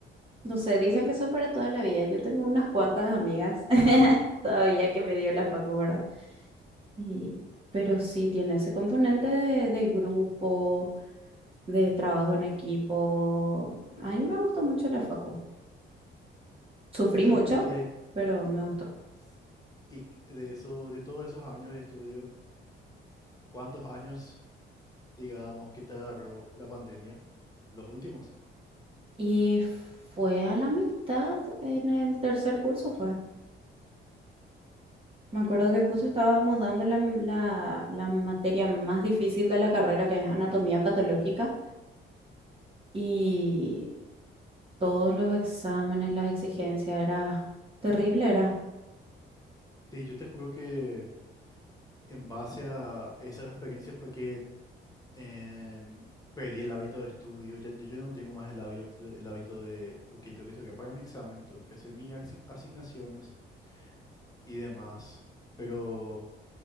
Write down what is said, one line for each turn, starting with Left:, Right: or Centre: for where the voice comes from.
Right: no sé, dicen que son para toda la vida. Yo tengo unas cuantas amigas <laughs> todavía que me dio la facu, ¿verdad? Y, pero sí, tiene ese componente de, de grupo, de trabajo en equipo. A mí me gustó mucho la facu. Sufrí
Left: Y
Right: mucho,
Left: en- entre
Right: pero me gustó.
Left: S- Y de eso, de todos esos años de estudio, ¿cuántos años, digamos, que te agarró la pandemia? Los últimos.
Right: Y fue a la mitad en el tercer curso, fue. Me acuerdo que justo estábamos dando la, la, la materia más difícil de la carrera, que es anatomía patológica, y todos los exámenes, las exigencias, era terrible, era.
Left: Sí, yo te juro que en base a esa experiencia fue que em, perdí el hábito de estudio. Ya, yo, yo no tengo más el hábito, el hábito de, ok, tengo que estudiar para mi examen, tengo que hacer mis asi- asignaciones y demás. Pero